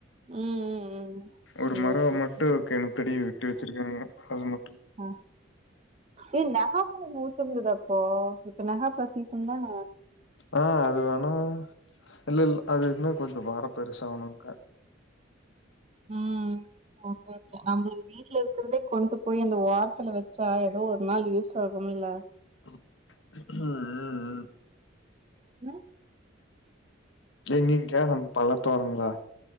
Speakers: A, on the right (about 30°); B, on the left (about 65°).
A: ம் ம் ம்
B: ஒரு
A: சேரி
B: மரம்
A: சேரி
B: மட்டும்
A: சேரி
B: கேண படி விட்டு வச்சிருக்காங்க ஆமா
A: ஆஹ் ஏய் நவாப் அதுங்க ஊத்த இருந்ததப்போ இப்ப நெகாப்பழசீசன் தான
B: ஆஹ் அது வேணும் இல்ல இல்ல அது இருன கொஞ்ச வர பெருசாணுக்கா
A: உம் ஓகே கே நம்ம வீட்டுல இருக்கிறதே கொண்டு போய் அந்த ஓர த்துல வச்சா ஏதோ ஒரு நாள் யூஸ் சொகமில்ல
B: ம் உம் உம்
A: ம்
B: எங்கங்கே நம்ம பள்ளத்தோரங்களா